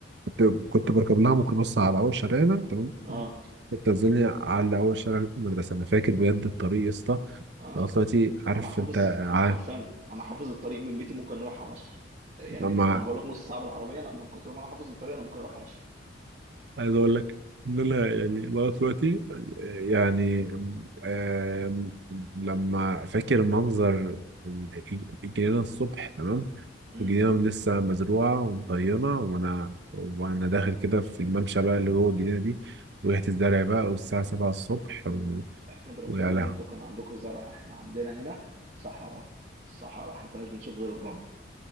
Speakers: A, on the right; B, on the right.
A: كنت كنت بركب لها ميكروباص على أول شارعنا تمام
B: اه
A: بتنزلني على أول شارع المدرسة أنا فاكر بجد الطريق يا اسطى
B: انا
A: لغاية دلوقتي عارف
B: انا حافظ
A: انت
B: حرفيا
A: عارف
B: انا حافظ الطريق من بيتي ممكن اروح امشي يعني
A: مع
B: انا بقول لك نص ساعه بالعربيه انا من كتر ما انا حافظ الطريق انا ممكن اروح امشي
A: عايز اقول لك ان انا يعني لغاية دلوقتي يعني آم، لما فاكر منظر ال- الجنينة الصبح تمام
B: امم
A: الجنينة لسه مزروعة ومطينة وانا وانا داخل كده في الممشى بقى اللي جوه الجنينة دي وريحة الزرع بقى والساعة 7 الصبح و-
B: احمد ربنا
A: ويا لهوي
B: ان انتوا كان عندكم زرع احنا عندنا هنا صحراء صحراء احنا ما كناش بنشوف غير الرمل